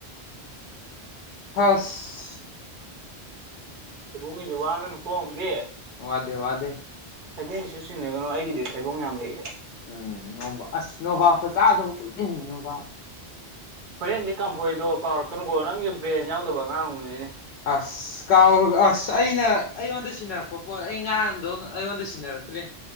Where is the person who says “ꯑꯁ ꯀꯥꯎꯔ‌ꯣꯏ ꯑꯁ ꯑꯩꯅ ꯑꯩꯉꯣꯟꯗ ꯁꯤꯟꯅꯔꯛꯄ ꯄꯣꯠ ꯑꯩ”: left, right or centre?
Left